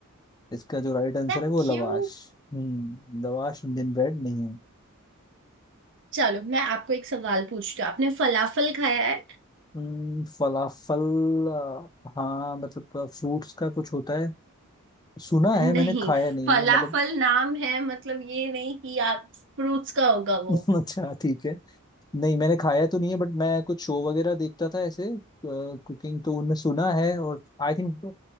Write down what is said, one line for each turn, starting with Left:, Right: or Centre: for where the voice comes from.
Left: इसका जो राइट आंसर
Right: Thank
Left: है वो लवाश
Right: you
Left: हम्म लवाश इंडियन ब्रेड नहीं है
Right: चलो मैं आपको एक सवाल पूछती हूँ आपने फलाफल खाया है
Left: हम्म, फलाफल अ, हाँ मतलब फ्रूट्स का कुछ होता है सुना है
Right: नहीं
Left: मैंने खाया नहीं
Right: फलाफल
Left: है मतलब
Right: नाम है मतलब ये नहीं कि आप फ्रूट्स का होगा वो
Left: <laughs> अच्छा ठीक है नहीं मैंने खाया तो नहीं है बट मैं कुछ शो वगैरह देखता था ऐसे कुकिंग तो उनमें सुना है और आई थिंक